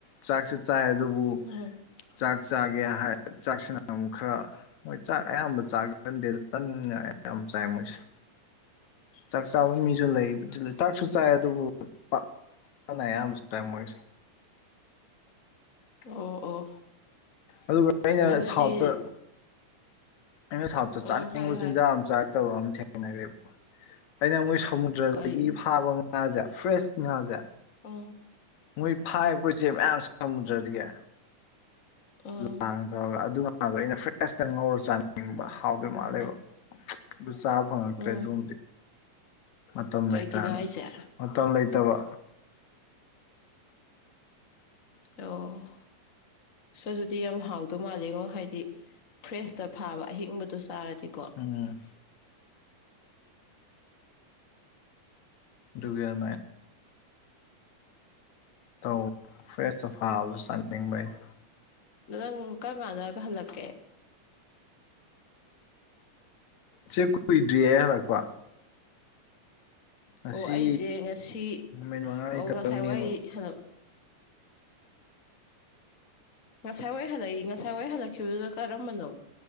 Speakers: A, on the left; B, on the left.
A: ꯆꯥꯛꯁꯨ ꯆꯥꯏ ꯑꯗꯨꯕꯨ
B: ꯎꯝ
A: ꯆꯥꯛ ꯆꯥꯒꯦ ꯍꯥꯢ ꯆꯥꯛꯁꯤꯅ ꯑꯃꯨꯛ ꯈꯔ ꯃꯣꯢ ꯆꯥꯛ ꯑꯌꯥꯝꯕ ꯆꯥꯒꯟꯗꯦꯗ ꯇꯟꯅ ꯑꯌꯥꯝꯕ ꯆꯥꯢ ꯃꯣꯢꯁꯦ ꯆꯥꯛ ꯆꯥꯕ ꯃꯤꯁꯨ ꯂꯩꯕꯗꯨ ꯆꯥꯛꯁꯨ ꯆꯥꯢ ꯑꯗꯨꯕꯨ ꯄꯥꯛ ꯇꯟꯅ ꯑꯌꯥꯝꯕ ꯆꯥꯢ ꯃꯣꯢꯁꯦ
B: ꯑꯣ ꯑꯣ
A: ꯑꯗꯨꯒ ꯑꯩꯅ
B: ꯑꯗꯨꯗꯤ
A: ꯁꯥꯎꯠꯇ ꯑꯩꯅ ꯁꯥꯎꯠꯇ ꯆꯥꯅꯤꯡꯕ
B: ꯎꯝ ꯍꯥꯏꯌꯨ
A: ꯆꯤꯟꯖꯥꯛ
B: ꯍꯥꯏꯌꯨ
A: ꯑꯃ ꯆꯥꯔꯛꯇꯕ ꯑꯃ ꯊꯦꯡꯅꯈ꯭ꯔꯦꯕ ꯑꯩꯅ ꯃꯣꯢ ꯁꯃꯨꯗ꯭ꯔꯗꯒꯤ
B: ꯀꯔꯤ
A: ꯐꯥꯕ ꯉꯥꯖꯦ ꯐ꯭ꯔꯦꯁ ꯉꯥꯖꯦ
B: ꯑꯝ
A: ꯃꯣꯢ ꯐꯥꯢꯕ ꯀꯣ ꯏꯆꯦ ꯃꯌꯥꯝ ꯁꯃꯨꯗ꯭ꯔꯗꯒꯤ
B: ꯎꯝ
A: ꯂꯥꯡ ꯇꯧꯔꯒ ꯑꯗꯨ ꯉꯥꯗꯣ ꯑꯩꯅ ꯐ꯭ꯔꯦꯁꯇ ꯉꯧꯔ ꯆꯥꯅꯤꯡꯕ ꯍꯥꯎꯗꯣꯢ ꯃꯥꯜꯂꯦꯕ ꯑꯗꯨ ꯆꯥꯕ ꯐꯪꯉꯛꯇ꯭ꯔꯦ
B: ꯎꯝ
A: ꯑꯗꯨꯝꯗꯤ ꯃꯇꯝ
B: ꯀꯩꯒꯤꯅꯣ
A: ꯂꯩꯇꯗꯅ
B: ꯍꯥꯏꯁꯦ
A: ꯃꯇꯝ ꯂꯩꯇꯕ
B: ꯑꯣ ꯁꯁ ꯑꯗꯨꯗꯤ ꯌꯥꯝ ꯍꯥꯎꯗꯨ ꯃꯥꯜꯂꯦꯉꯣ ꯍꯥꯢꯗꯤ ꯐ꯭ꯔꯦꯁꯇ ꯐꯥꯕ ꯑꯍꯤꯡꯕꯗꯣ ꯆꯥꯔꯗꯤꯀꯣ
A: ꯎꯝ ꯗꯨꯒꯤ ꯌꯥꯝ ꯅꯥꯏ ꯇꯧ ꯐ꯭ꯔꯦꯁꯇ ꯐꯥꯕꯗꯣ ꯆꯥꯅꯤꯡꯕ ꯑꯩꯅ
B: ꯗꯣ ꯅꯪ ꯀꯔꯝ ꯀꯥꯟꯗꯒ ꯍꯜꯂꯛꯀꯦ
A: ꯆꯦ ꯀꯨꯢꯗ꯭ꯔꯤꯌꯦ ꯑꯩ ꯍꯜꯂꯛꯄ ꯉꯁꯤ
B: ꯑꯣ ꯑꯩꯖꯦ ꯉꯁꯤ
A: ꯅꯨꯃꯤꯠ ꯃꯉꯥꯅꯤ
B: ꯑꯣ
A: ꯇꯔꯨꯛꯅꯤꯃꯨꯛ
B: ꯉꯁꯥꯢ ꯋꯥꯏ ꯁꯥꯅꯕ ꯉꯁꯥꯢ ꯋꯥꯢ ꯍꯜꯂꯛꯏ ꯉꯁꯥꯢ ꯋꯥꯢ ꯍꯜꯂꯛꯈꯤꯕꯗꯨꯅ ꯀꯔꯝꯕꯅꯣ